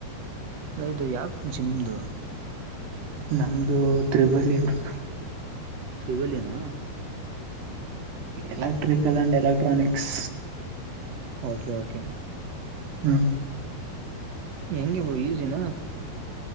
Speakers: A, on the right; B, on the right.
A: ಐದು ಯಂ ಶಿನಿಮದು
B: ನಮ್ದು ತ್ರಿಬಳಿಯೂರು
A: ಇ ಇಗಲಿನ
B: electrical and electronics
A: okay okay
B: ಹ್ಮ್
A: ಹೆಂಗೆ ಬೋ ಈಜಿನ